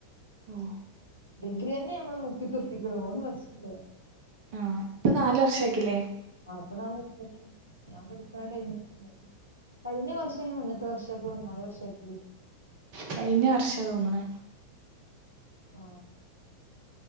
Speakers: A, on the right (about 45°); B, on the left (about 85°).
A: ഓ
B: ഡിഗ്രി തന്നെ നമ്മള് മുക്കി തീർപ്പിക്കണ്, മൂന്ന് വർഷവല്ലേ.
A: ആ ഇപ്പൊ നാല് വർഷാക്കില്ലേ
B: ആ പ്പൊ നാല് വർഷാക്കി, ഞാൻ പഠിക്ക്‌ണ ടൈമിലൊക്കെങ്ങെനെ കഴിഞ്ഞ വർഷം ഞാൻ മുന്ന ത്തെ വർഷപ്പൊ നാല് വർഷാക്കി
A: കയ്ഞ്ഞ വർഷാ തോന്ന്ണു
B: ആ